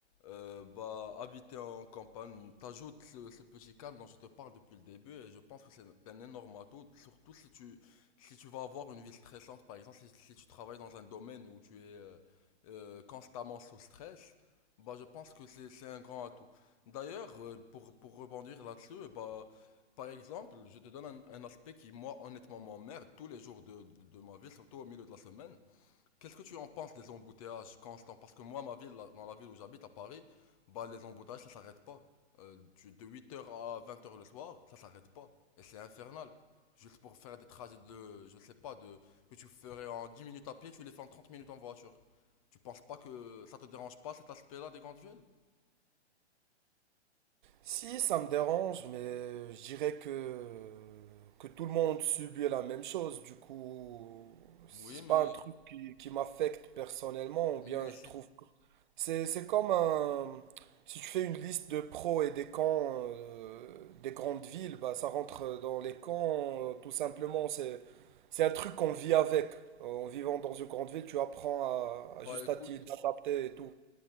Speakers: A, on the left (about 30°); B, on the right (about 45°).
A: euh, bah, habiter en campagne t'ajoute ce, ce petit calme dont je te parle depuis le début et je pense que c'est un énorme atout, surtout si tu, si tu vas avoir une vie stressante, par exemple, si, si tu travailles dans un domaine où tu es euh, euh, constamment sous stress. Bah, je pense que c'est c'est un grand atout. D'ailleurs, euh, pour, pour rebondir là-dessus, bah, par exemple, je te donne un, un aspect qui, moi, honnêtement, m'emmerde tous les jours de, de, de ma vie, surtout au milieu de la semaine. Qu'est-ce que tu en penses des embouteillages constants? Parce que moi, ma ville, la- dans la ville où j'habite, à Paris, bah, les embouteillages, ça s'arrête pas. Euh, tu- de huit heures à vingt heures le soir, ça s'arrête pas. Et c'est infernal. Juste pour faire des trajets de, je sais pas, de, que tu ferais en 10 minutes à pied, tu les fais en 30 minutes en voiture. Tu penses pas que ça te dérange pas cet aspect-là des grandes villes?
B: Si, ça me dérange, mais je dirais que, que tout le monde subit la même chose. Du coup, c'est
A: Oui, mais,
B: pas un truc qui, qui m'affecte personnellement, ou
A: mais
B: bien je
A: c'est,
B: trouve que c'est, c'est comme un, si tu fais une liste de pros et des cons euh, des grandes villes, bah, ça rentre dans les cons, euh, tout simplement. C'est, c'est un truc qu'on vit avec. En vivant dans une grande ville, tu apprends à, à
A: bah,
B: juste
A: écoute,
B: à t'y adapter et tout.